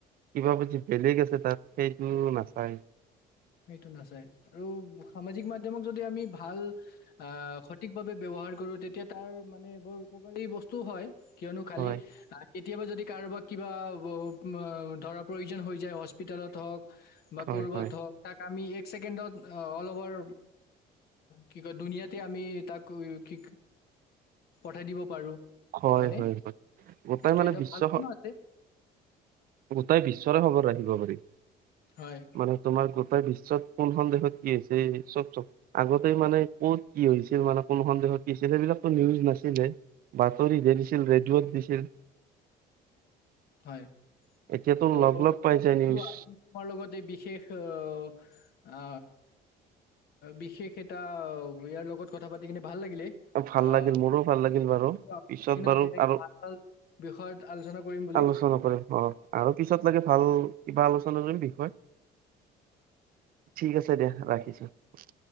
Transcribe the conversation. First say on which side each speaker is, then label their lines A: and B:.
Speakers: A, on the right; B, on the left.
A: কিবা পতি বেলেগ আছে তাত সেইটো নাচায়।
B: সেইটো নাচায়। আৰু সামাজিক মাধ্যমক যদি আমি ভাল আ' সঠিকভাৱে ব্যৱহাৰ ব্যৱহাৰ কৰো তেতিয়া তাৰ মানে বৰ উপকাৰী বস্তুও হয় কিয়নো খালি
A: হয়
B: কেতিয়াবা যদি কাৰোবাক কিবা ব ব ধৰা প্ৰয়োজন হৈ যায়, হস্পিটেলত হওক বা
A: হয়
B: ক'ৰবাত
A: হয়
B: হওঁক তাক আমি এক ছেকেণ্ডত আ অলভাৰ কি কয় দুুনীয়াতে আমি তাক কি পঠাই দিব পাৰো।
A: হয়,
B: হয়নে
A: হয়, হয়। গোটেই
B: এইটো
A: মানে
B: এটা
A: বিশ্বখ
B: ভাল গুণো আছে
A: গোটেই বিশ্বৰে খবৰ ৰাখিব পাৰি।
B: হয়
A: মানে তোমাৰ গোটেই বিশ্ব চব কোনখন দেশত কি হৈছে, চব চব। আগতেই মানে ক'ত কি হৈছিল, মানে কোনখন দেশত কি হৈছিল সেইবিলাকটো নিউজ নাছিলে। বাতৰিতহে দিছিল ৰেডিঅ'ত দিছিল।
B: হয়।
A: এতিয়াতো
B: ত'
A: লগ লগ পাই
B: <unintelligible>
A: যায় নিউজ
B: আজি তোমাৰ লগত এই বিশেষ অহ অ, বিশেষ এটা, ইয়াৰ লগত কথা পাতি কিনে ভাল লাগিলে,
A: ভাল
B: আহ
A: লাগিল মোৰো ভাল লাগিল বাৰু
B: আগৰ
A: পিছত
B: দিনত
A: বাৰু
B: তেনেকে
A: আৰু
B: ভাল ভাল বিষয়ত আলোচনা কৰিম বুলি।
A: আৰু পিছত
B: অ,
A: লাগে ভাল কিবা আলোচনা কৰিম বিষয়। ঠিক আছে দিয়া ৰাখিছো।